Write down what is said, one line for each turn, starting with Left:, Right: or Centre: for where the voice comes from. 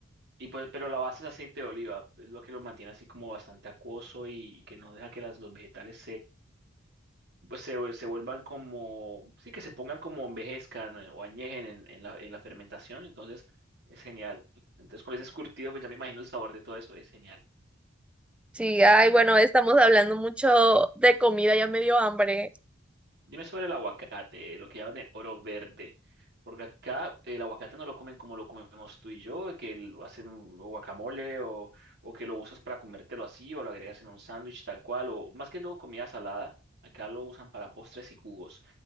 Right: y pues, pero la base es aceite de oliva. Es lo que lo mantiene así como bastante acuoso y, y que no deja que las, los vegetales pues se, se vuelvan como, sí, que se pongan como envejezcan eh, o añejen en, en la, en la fermentación, entonces es genial. Entonces con ese escurtido, pues ya me imagino el sabor de todo eso, es genial.
Centre: Sí, ay, bueno, estamos hablando mucho de comida, ya me dio hambre.
Right: Dime sobre el aguacate, lo que llaman el oro verde, porque acá el aguacate no lo comen como lo comemos tú y yo, que lo hacen un guacamole o, o que lo usas para comértelo así o lo agregas en un sándwich tal cual, o más que todo comida salada, acá lo usan para postres y jugos.